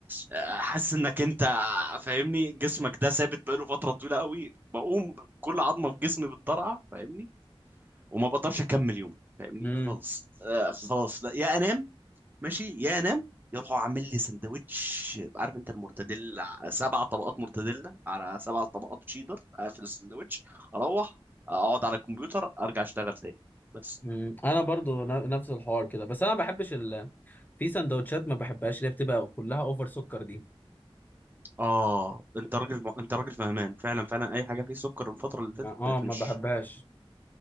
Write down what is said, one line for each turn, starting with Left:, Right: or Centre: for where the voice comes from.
Right: آه، حاسس انك انت فاهمني جسمك ده ثابت بقاله فتره طويله قوي بقوم كل عظمه في جسمي بتطرقع فاهمني وما بقدرش اكمل يوم فاهمني
Left: اه
Right: خالص آه خلاص لا يا انام ماشي يا انام يروحوا عامل لي سندوتش عارف انت المرتديلا سبع طبقات مرتديلا على سبع طبقات تشيدر اقفل السندوتش اروح اقعد على الكمبيوتر ارجع اشتغل تاني بس
Left: مم. انا برضو ن- نفس الحوار كده بس انا ما بحبش ال... في سندوتشات ما بحبهاش اللي هي بتبقى كلها اوفر سكر دي
Right: اه انت راجل انت راجل فهمان فعلا فعلا اي حاجه فيه سكر الفتره اللي فاتت
Left: ما- اه
Right: بقت
Left: ما
Right: مش
Left: بحبهاش